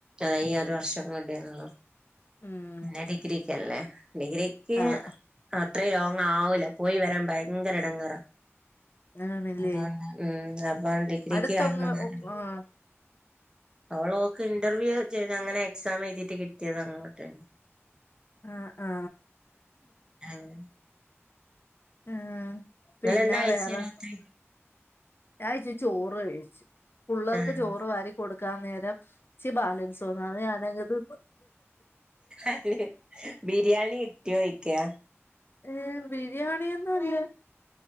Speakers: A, on the right; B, on the left.
A: ആ ഈ ഒരു വർഷം കൂടിയുള്ളൂ.
B: ഉം
A: പിന്നെ ഡിഗ്രക്ക്ല്ലേ. ഡിഗ്രിക്ക്
B: ആഹ്
A: അത്രയും ലോങ് ആവൂല പോയി വരാൻ ഭയങ്കര ഇടംങ്ങറ.
B: ആണല്ലേ
A: അതാ ആ ഹ്മ്മ് അപ്പൊ ഡിഗ്രിക്ക്
B: അടുത്തൊന്നും
A: അയ്നുള്ള
B: ആഹ്
A: അവൾ ഓക്ക് ഇന്റർവ്യൂ ചെയ്ത് അങ്ങനെ എക്സാം എഴുതിട്ട് കിട്ടിയതാണ് അങ്ങോട്ട്.
B: ആ ആ.
A: അങ്ങനെ
B: ഉം
A: ഇങ്ങളെന്താ
B: പിന്നെ
A: കഴിച്ചേ
B: വേറെ,
A: രാത്രി
B: ഞാത്തിരി ചോറ് കഴിച്ചു പിള്ളേർക്ക്
A: ആഹ്
B: ചോറ് വാരി കൊടുക്കാൻ നേരം, ഇത്തിരി ബാലൻസ് വന്നു അത് ഞാൻ കയ്ച്ചു
A: അ ബിരിയാണി കിട്ടിയോയിക്ക?
B: ഏ ബിരിയാണി ഒന്നുല്ല